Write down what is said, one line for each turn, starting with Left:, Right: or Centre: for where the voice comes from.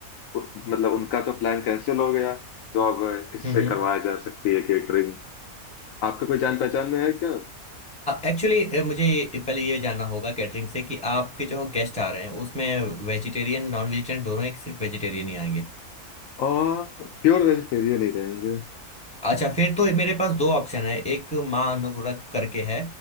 Left: उ- मतलब उनका तो प्लान कैंसिल हो गया तो अब किससे
Centre: हम्म
Left: करवाया जा सकती है केटरिंग आपके कोई जान पहचान में है क्या
Centre: एक्चुअली मुझे ये- पहले ये जानना होगा कैटरिंग से कि आपके जो गेस्ट आ रहे हैं उसमें वेजिटेरियन नॉन वेजिटेरियन दोनों एक सिर्फ वेजिटेरियन ही आएंगे
Left: और प्योर वेजिटेरियन ही रहेंगे
Centre: अच्छा फिर तो मेरे पास दो ऑप्शन है एक माँ अन्नपूर्णा करके है